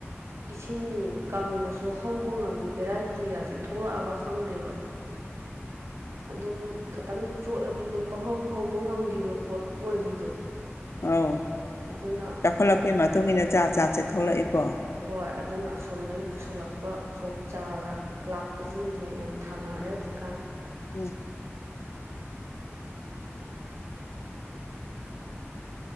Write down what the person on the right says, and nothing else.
ꯏꯁꯤꯡ ꯀꯪ ꯉꯁꯨ ꯍꯧꯕ ꯉꯝꯕꯤ ꯚꯦꯔꯥꯏꯇꯤꯒꯥꯁꯦ ꯊꯣꯛꯂꯛꯑꯕ ꯈꯪꯗꯦꯕ
ꯑꯗꯨꯝ ꯈꯤꯇꯪꯕꯨ ꯆꯣꯠꯂꯗꯤ ꯑꯗꯨꯝ ꯄꯪꯍꯧ ꯍꯧꯕ ꯉꯝꯈꯤꯕ ꯄꯣꯠ ꯑꯣꯏꯕꯤꯗꯣ
ꯑꯗꯨꯅ
ꯍꯣꯏ ꯑꯗꯨꯅ ꯑꯁꯣꯝꯗꯒꯤ ꯄꯨꯁꯤꯜꯂꯛꯄ ꯐꯧ ꯆꯥꯔ ꯂꯥꯛꯄꯁꯤꯡꯁꯦ ꯌꯥꯝ ꯊꯥꯅꯔꯦ ꯍꯧꯖꯤꯛꯀꯥꯟ